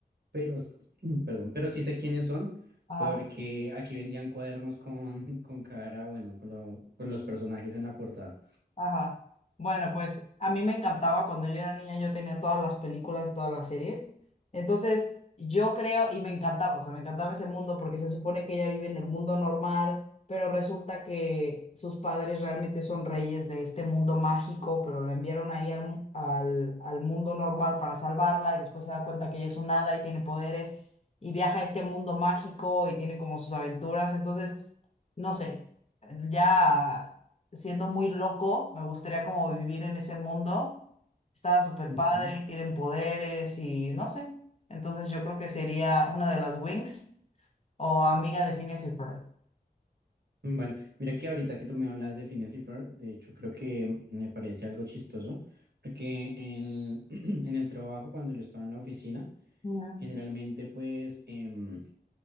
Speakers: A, on the right; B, on the left.
A: Pero, s- <clears throat> perdón, pero sí sé quiénes son,
B: ajá.
A: porque aquí vendían cuadernos con, <laughs> con cara, bueno, con, lo- con los personajes en la portada.
B: Ajá. Bueno, pues a mí me encantaba cuando yo era niña, yo tenía todas las películas, todas las series. Entonces, yo creo y me encantaba, o sea, me encantaba ese mundo porque se supone que ella vive en el mundo normal, pero resulta que sus padres realmente son reyes de este mundo mágico, pero la enviaron ahí al, mu- al, al mundo normal para salvarla y después se da cuenta que ella es un hada y tiene poderes y viaja a este mundo mágico y tiene como sus aventuras. Entonces, no sé, ya siendo muy loco, me gustaría como vivir en ese mundo. Estaba súper
A: Ujú.
B: padre, y tienen poderes y no sé. Entonces yo creo que sería una de las Wings o amiga de Phineas y Ferb.
A: Vale, mira que ahorita que tú me hablas de Phineas y Ferb, de hecho creo que me parece algo chistoso, porque en, <clears throat> en el trabajo, cuando yo estaba en la oficina,
B: Ujú.
A: generalmente pues em,